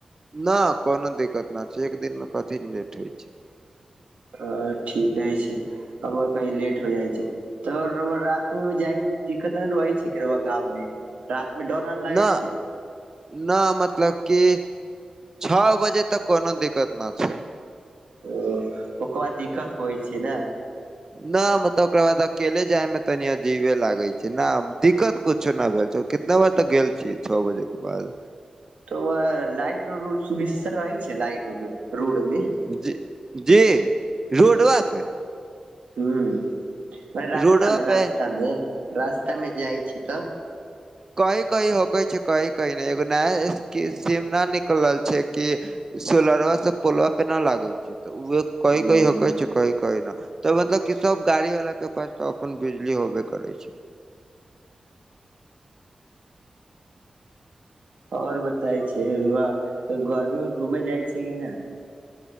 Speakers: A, on the right (about 25°); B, on the right (about 85°).
A: ना कोनो दिक्कत ना छै एक दिन मे कथी लेट होइ छै।
B: अ ठीके छै अब कही लेट हो जाइ छै। तऽ राउआ रात मे जाइ मे दिक्कत नेना रहै छै रउआ गाँव मे? राति में डर अर लगै
A: न
B: छै?
A: न मतलब कि छ बजे तक कोनो दिक्कत ना छै।
B: ओ ओकर दिक्कत होइ छै ना?
A: ना म तब ओकरा बाद अकेले जाय में तनी अजीबे लागे छै न दिक्कत कुछ छैना भेल छै कितना बजे तक गेल छियै छ बजे के बाद
B: तऽ व लाइट रउ सुचि रहै छै लाइट उके रोड मे।
A: जी जी रोडवापे
B: हू ओय रस्तामे
A: रोडवा पे
B: रस्तामें रस्तामे जाइ छै तऽ। ह
A: कहि कहि हो कहय छै कहि कहि नहि एगो नया इसकिम सीमा नऽ निकलल छैय। कि सोलरवा सब पोलवा पे न लागल छै तऽ उ कहि
B: हूँ
A: कहि हो कहय छै कहि कहि न तऽ मतलब कि सब गाड़ी बला के पास तऽ अपन बिजली होबे करै छै।
B: ओर बताय छै कोई गर्मी मे घूमे जाइ छै कि ने